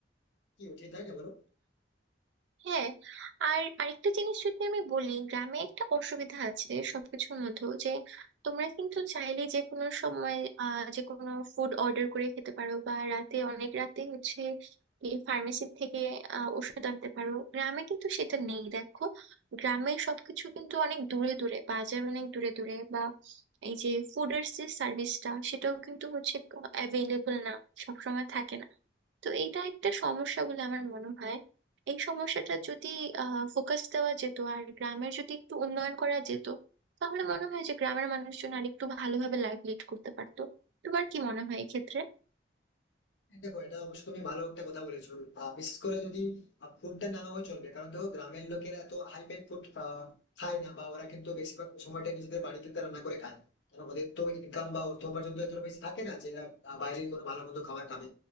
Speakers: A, on the left; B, on the right.
A: কি উঠে তাই না বলো
B: হ্যাঁ আর আরেকটা জিনিস যদি আমি বলি গ্রামে একটা অসুবিধা আছে সবকিছুর মধ্যেও যে তোমরা কিন্তু চাইলে যে কোনো সময় আহ যে কোনো ফুড অর্ডার করে খেতে পারো বা রাতে অনেক রাতে হচ্ছে ফার্মেসি থেকে আহ, ওষুধ আনতে পারো গ্রামে কিন্তু সেটা নেই দেখো গ্রামে সবকিছু কিন্তু অনেক দূরে দূরে বাজার অনেক দূরে দূরে বা এই যে ফুডের যে সার্ভিসটা সেটাও কিন্তু হচ্ছে অ্যাভেলেবল না সবসময় থাকে না তো এইটা একটা সমস্যা বলে আমার মনে হয় এই সমস্যাটা যদি আহ ফোকাস দেওয়া যেত আর গ্রামের যদি একটু উন্নয়ন করা যেত তাহলে মনে হয় যে গ্রামের মানুষজন আর একটু ভালোভাবে লাইফ লিড করতে পারতো তোমার কি মনে হয় এক্ষেত্রে
A: দেখো এটা অবশ্যই তুমি ভালো একটা কথা বলেছো আহ, বিশেষ করে যদি ফুডটা না হয় চলবে কারণ দেখো গ্রামের লোকেরা তো হাই ফাই ফুড খায় না বা ওরা কিন্তু বেশিরভাগ সময়টা নিজেদের বাড়িতে তারা রান্না করে খায় কারণ ওদের তো ইনকাম বা অর্থ উপার্জন তো এতটা বেশি থাকে না যে এরা আহ, বাইরে কোনো ভালো মন্দ খাবার খাবে